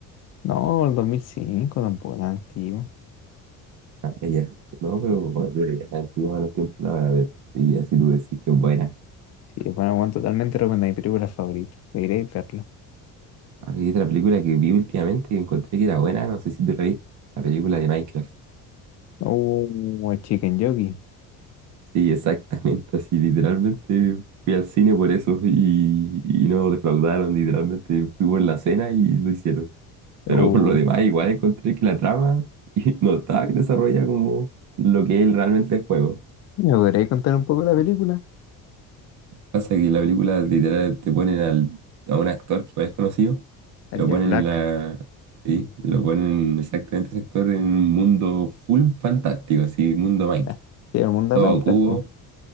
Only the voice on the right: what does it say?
ah, ella, ¿no? Pero, bueno, pero es antigua a los tiempos de ahora, pero sí, así tú decís que es buena.
Hay otra película que vi últimamente que encontré que era buena, no sé si tú la viste, la película de Minecraft.
Sí, exactamente, así literalmente fui al cine por eso y, y no defraudaron, literalmente fui por la cena y lo hicieron. Pero
por lo demás igual encontré que la trama <laughs> no estaba desarrollada como lo que él realmente es juego.
Pasa que en la película literal te ponen al, a un actor que igual es conocido,
lo ponen
en la... Sí, lo ponen exactamente ese actor en un mundo full fantástico, así, mundo Minecraft.
Todo
cubo